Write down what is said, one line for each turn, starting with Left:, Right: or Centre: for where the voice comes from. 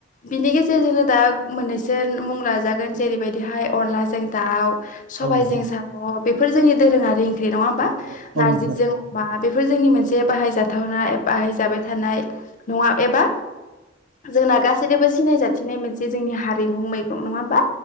Left: बिनि गेज ज जों दा मोननैसो मुं लाजागोन जेरैबायदिहाय अनलाजों दाउ। सबायजों
Right: औ नोंथां
Left: साम' बेफोर जोंनि दोरोङारि ओंख्रि नङा होमबा
Right: औ औ
Left: नारजिजों
Right: नोंथां
Left: अमा बे बेफोर जोंनि मोनसे बाहायजाथावना बाहायजाबाय थानाय नङा एबा जोंना गासैजोंबो सिनायजायो। थिनाय मोनसे जोंनि हारिमु मैगां नङा ओमबा